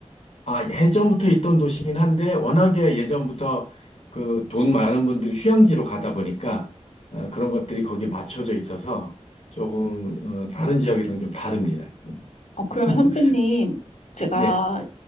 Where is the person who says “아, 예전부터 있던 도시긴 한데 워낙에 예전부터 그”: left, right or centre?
Left